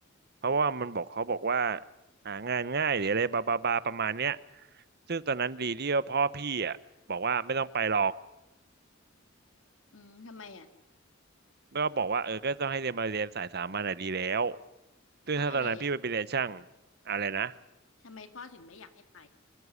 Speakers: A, on the right; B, on the left.
A: เพราะว่ามันบอกเขาบอกว่าหางานง่ายหรืออะไรบาบาบาประมาณเนี้ยซึ่งตอนนั้นดีที่ว่าพ่อพี่อ่ะบอกว่าไม่ต้องไปหรอก
B: อืมทำไมอ่ะ
A: แล้วก็บอกว่าเออก็ต้องให้เรียนมาเรียนสายสามัญอ่ะดีแล้วซึ่งถ้าตอนนั้นพี่ไปเรียนช่าง
B: เพราะอะไรอ่ะ
A: อะไรนะ
B: ทำไมพ่อถึงไม่อยากให้ไป